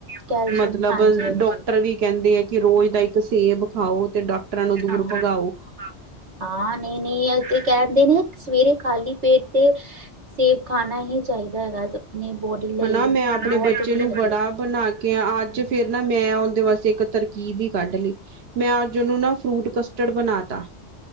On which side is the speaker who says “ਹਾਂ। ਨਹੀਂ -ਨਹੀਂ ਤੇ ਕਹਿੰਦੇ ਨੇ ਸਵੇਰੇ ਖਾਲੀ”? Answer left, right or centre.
Right